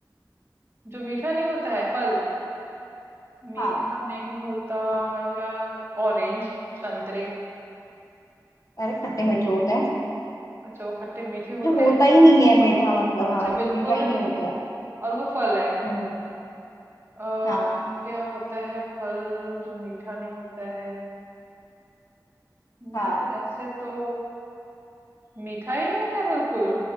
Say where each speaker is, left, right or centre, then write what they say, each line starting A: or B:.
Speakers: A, on the right; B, on the left.
A: जो मीठा नहीं होता है फल मीठा
B: हाँ
A: नहीं होता यार ऑरेंज संतरे
B: अरे खट्टे मीठे होते हैं
A: अच्छा वो खट्टे मीठे होते
B: जो होता
A: हैं
B: ही नहीं है मीठा मतलब
A: अच्छा
B: हाँ जो
A: बिल्कुल
B: मीठा ही
A: ही
B: नहीं
A: नहीं
B: होता है
A: और वो फल है
B: हम्म
A: अ,
B: हाँ
A: क्या होता है फल जो मीठा नहीं होता है
B: हाँ
A: यार ऐसे तो मीठा ही नहीं होता है बिल्कुल